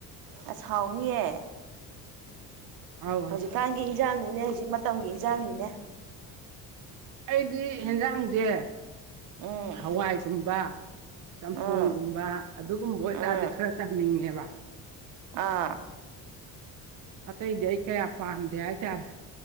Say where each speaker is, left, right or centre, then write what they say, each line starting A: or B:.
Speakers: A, on the right; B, on the right.
A: ꯑꯁꯥꯎꯅꯤꯌꯦ
B: ꯑꯧ
A: ꯍꯧꯖꯤꯛꯀꯥꯟꯒꯤ ꯏꯟꯖꯥꯡꯅꯤꯅꯦ ꯍꯧꯖꯤꯛ ꯃꯇꯝꯒꯤ ꯑꯦꯛꯖꯥꯝꯅꯤꯅꯦ
B: ꯑꯩꯗꯤ ꯌꯦꯟꯖꯥꯡꯁꯦ
A: ꯎꯝ
B: ꯍꯋꯥꯏꯒꯨꯝꯕ ꯆꯝꯊꯣꯡꯒꯨꯝꯕ
A: ꯎꯝ
B: ꯑꯗꯨꯒꯨꯝꯕ ꯑꯣꯏꯇꯥꯔꯗꯤ
A: ꯎꯝ
B: ꯈꯔ ꯇꯝꯅꯤꯡꯉꯦꯕ
A: ꯑꯥ
B: ꯑꯇꯩꯗꯤ ꯑꯩ ꯀꯌꯥ ꯄꯥꯝꯗꯦ ꯍꯥꯏꯇꯥꯔꯦ